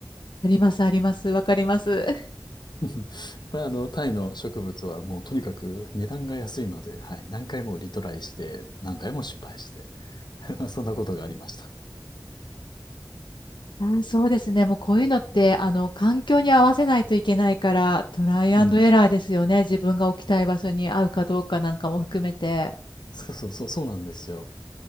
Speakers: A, on the left; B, on the left.
A: あります、あります。わかります。<laughs>
B: <laughs> まあ、あの、タイの植物はもうとにかく値段が安いので、はい、何回もリトライして、何回も失敗して、<laughs> まあそんなことがありました。
A: あ、そうですね。もうこういうのって、あの、環境に合わせないといけないから、トライアンドエラーですよね。
B: うん。
A: 自分が置きたい場所に合うかどうかなんかも含めて。
B: そうそうそう、そうなんですよ。